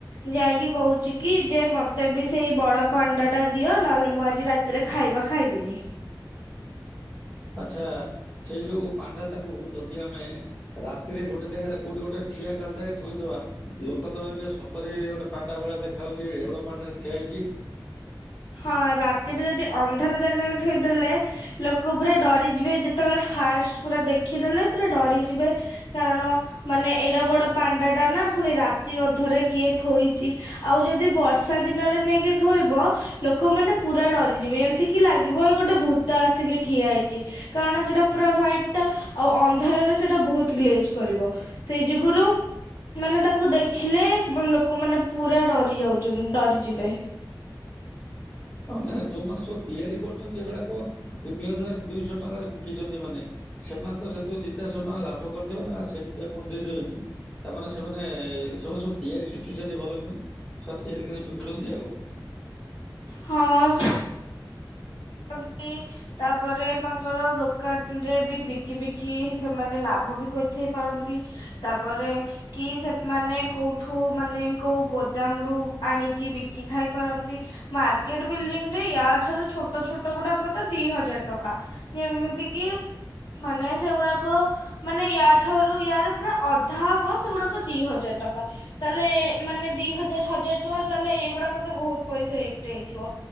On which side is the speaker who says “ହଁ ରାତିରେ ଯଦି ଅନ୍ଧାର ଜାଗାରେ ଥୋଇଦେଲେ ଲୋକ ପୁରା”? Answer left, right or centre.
Left